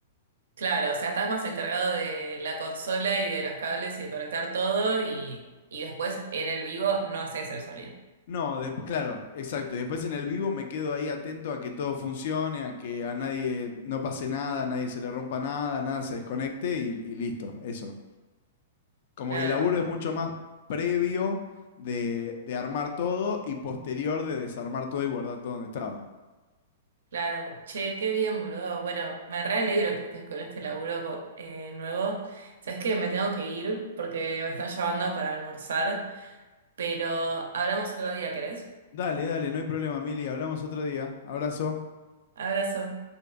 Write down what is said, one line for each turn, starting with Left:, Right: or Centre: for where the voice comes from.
Right: Claro, o sea, estás más encargado de la consola y de los cables y de conectar todo y, y después en el vivo no haces el sonido.
Left: No, después, claro, exacto. Y después en el vivo me quedo ahí atento a que todo funcione, a que a nadie no pase nada, a nadie se le rompa nada, nada se desconecte y, y listo, eso. Como
Right: Claro,
Left: que el laburo es mucho más previo de, de armar todo y posterior de desarmar todo y guardar todo donde estaba.
Right: Claro, che, qué bien, boludo. Bueno, me re alegro que estés con este laburo co- eh, nuevo. Sabes que me tengo que ir porque me están llamando para almorzar, pero hablamos otro día, ¿querés?
Left: Dale, dale, no hay problema, Mili, hablamos otro día. Abrazo.
Right: Abrazo.